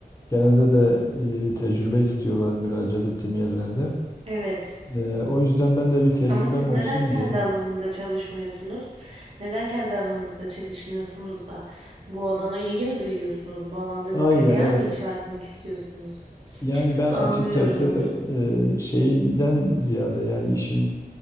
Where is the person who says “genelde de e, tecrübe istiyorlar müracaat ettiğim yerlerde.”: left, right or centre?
Left